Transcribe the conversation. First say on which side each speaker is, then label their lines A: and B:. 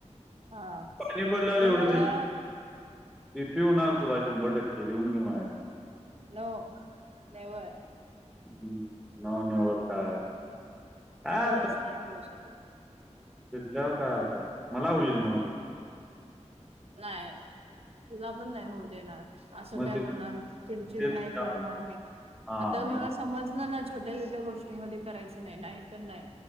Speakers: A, on the right; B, in the centre.
A: हा
B: पाणी पडल्यावर
A: ते
B: एवढंच
A: मला
B: मी पिऊन आलतो तुला शंभर टक्के लिहून घे मया कडुन
A: नो, नेवर.
B: ह् नो नेवर काय? काय
A: कधीच नाही होवु शकत.
B: तिथल्यावर काय अर्थ आहे मला होईल मग.
A: नाही तुला पण नाही होऊ देणार. असं
B: मग
A: काय
B: ते
A: होणार नाही चिडचिड
B: ते तुझ्या
A: नाही करणार मी
B: हा
A: आता
B: मग
A: मला समजलं ना छोट्या छोट्या गोष्टीमध्ये करायचं नाही नाही तर नाही